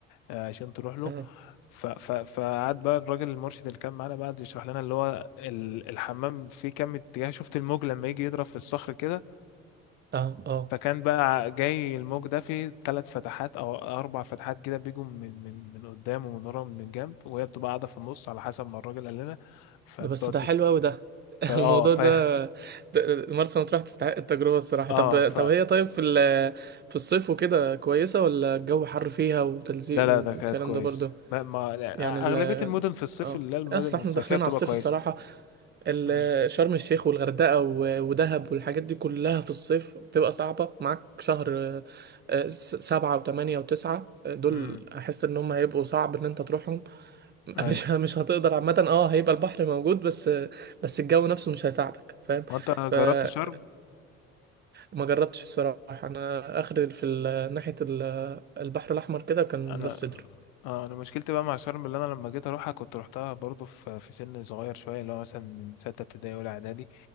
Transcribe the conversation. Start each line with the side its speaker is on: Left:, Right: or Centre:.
Left: آه، عشان تروح له
Right: اه
Left: ف- ف- فقعد بقى الراجل المرشد اللي كان معانا بقى يشرح لنا اللي هو ال- الحمام فيه كام اتجاه شفت الموج لما يجي يضرب في الصخر كده
Right: اه اه
Left: فكان بقى جاي الموج ده في ثلاث فتحات او اربع فتحات كده بيجوا من من من قدام ومن ورا ومن الجنب وهي بتبقى قاعده في النص على حسب ما الراجل قال لنا فبتقعد
Right: ده بس ده
Left: تست...
Right: حلو أوي ده
Left: فا
Right: <laughs>
Left: اه
Right: الموضوع
Left: ف
Right: ده ده- مرسى مطروح تستحق التجربة الصراحة
Left: <laughs> اه
Right: طب
Left: ف
Right: طب هي طيب في ال- في الصيف وكده كويسة ولا الجو حر فيها وتلزيق
Left: لا لا
Right: والكلام
Left: ده كانت كويس
Right: ده برضه
Left: ما... ما لا،
Right: يعني ال
Left: اغلبيه المدن في الصيف
Right: اه
Left: اللي هي المدن
Right: اصل احنا
Left: الصيفيه
Right: داخلين
Left: بتبقى
Right: على الصيف
Left: كويس
Right: الصراحة ال-
Left: امم
Right: شرم الشيخ والغردقة و- ودهب والحاجات دي كلها في الصيف بتبقى صعبة معاك شهر آه، آه، س- سبعة وثمانية وتسعة آه، دول
Left: امم
Right: أحس إن هم هيبقوا صعب إن أنت تروحهم <laughs>
Left: ايوه
Right: مش مش هتقدر عامة اه هيبقى البحر موجود بس بس الجو نفسه مش هيساعدك فاهم
Left: وانت
Right: فما
Left: جربت شرم
Right: جربتش الصراحة أنا آخر في ال- ناحية ال- البحر الأحمر كده كان
Left: انا
Right: راس سدر
Left: اه انا مشكلتي بقى مع شرم اللي انا لما جيت اروحها كنت روحتها برضو في في سن صغير شويه اللي هو مثلا من سته ابتدائي ولا اعدادي